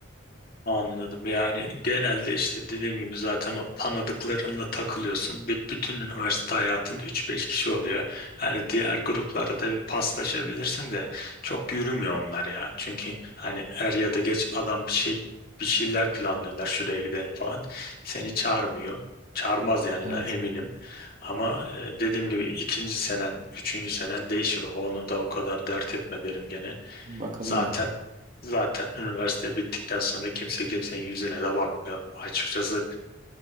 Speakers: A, on the left; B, on the right.
A: Anladım. Yani genelde işte dediğim gibi zaten o tanıdıklarınla takılıyorsun. Büt- Bütün üniversite hayatında üç beş kişi oluyor. Yani diğer gruplara da bir paslaşabilirsin de çok yürümüyor onlar ya. Çünkü hani er ya da geç adam bir şey bir şeyler planlıyorlar şuraya gidelim falan. Seni çağırmıyor. Çağırmaz yani
B: Evet.
A: ben eminim. Ama e, dediğim gibi ikinci senen, üçüncü senen değişir. Onu da o kadar dert etme derim gene.
B: Bakalım
A: Zaten
B: ya.
A: zaten üniversite bittikten sonra kimse kimsenin yüzüne de bakmıyor. Açıkçası